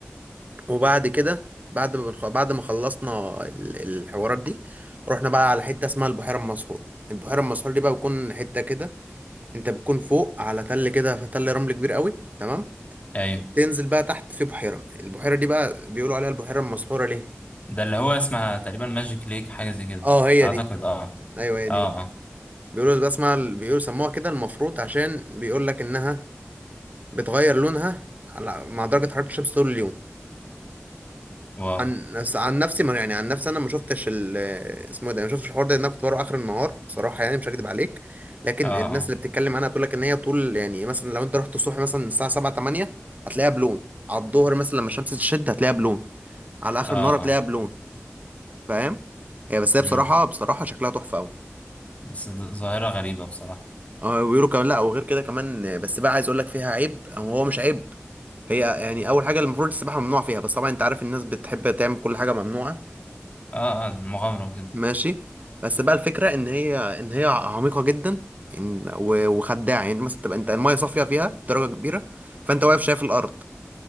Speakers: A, on the right; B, on the left.
A: وبعد كده بعد ما بنخ- بعد ما خلصنا ال- الحوارات دي رحنا بقى على حته اسمها البحيره المسحور البحيره المسحور دي بقى بتكون حته كده انت بتكون فوق على تل كده تل رمل كبير قوي تمام
B: ايوه
A: وبتنزل بقى تحت في بحيرة البحيرة دي بقى بيقولوا عليها البحيرة المسحورة ليه؟
B: ده اللي هو اسمها تقريبا ماجيك ليك حاجة زي كده
A: اه هي
B: اعتقد
A: دي
B: اه
A: ايوه هي
B: اه
A: دي بقى
B: اه
A: بيقولوا بقى اسمها بيقولوا سموها كده المفروض عشان بيقول لك انها بتغير لونها على مع درجة حرارة الشمس طول اليوم
B: واو
A: عن نفس عن نفسي ما يعني عن نفسي انا ما شفتش ال اسمه إيه ده ما شفتش الحوار ده لان انا كنت بروح اخر النهار بصراحة يعني مش هكدب عليك لكن
B: اه
A: الناس
B: اه
A: اللي بتتكلم عنها بتقول لك ان هي طول يعني مثلا لو انت رحت الصبح مثلا الساعة 7 8 هتلاقيها بلون على الظهر مثلا لما الشمس تشد هتلاقيها بلون على اخر
B: اه
A: النهار هتلاقيها
B: اه
A: بلون فاهم هي بس
B: مم.
A: هي بصراحه بصراحه شكلها تحفه قوي
B: بس ده ظاهرة غريبة بصراحة
A: اه ويقولوا كمان لا وغير كده كمان آه، بس بقى عايز اقول لك فيها عيب او هو مش عيب هي يعني اول حاجه المفروض السباحه ممنوع فيها بس طبعا انت عارف الناس بتحب تعمل كل حاجه ممنوعه
B: اه اه مغامرة كده
A: ماشي بس بقى الفكره ان هي ان هي عميقه جدا إن و- وخداعه يعني مثلا تبقى انت المايه صافيه فيها بدرجه كبيره فانت واقف شايف الارض